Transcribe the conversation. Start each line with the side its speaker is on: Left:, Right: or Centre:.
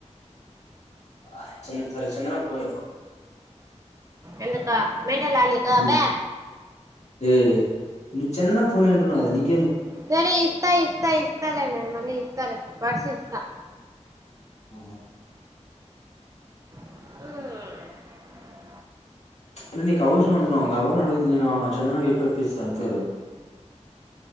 Left: ఆ చంద సర చందనంగా పోని పో
Right: ఎందుక మెంటల నీకు
Left: నువ్వు
Right: పా
Left: ఏ నువ్ చెందనకు పోనీ అంటున్నావు కదా నీకు
Right: సరే ఇస్తా ఇస్తా ఇస్తా లేనా మల్లి ఇస్తాలే బడ్స్ ఇస్తా
Left: ఆ
Right: అవు
Left: అంటే నీకు అవసరం అంటున్నా ఆ పాప నడుగుంది నేను చందన ఎప్ప ఇప్పిస్తా అంతే కదా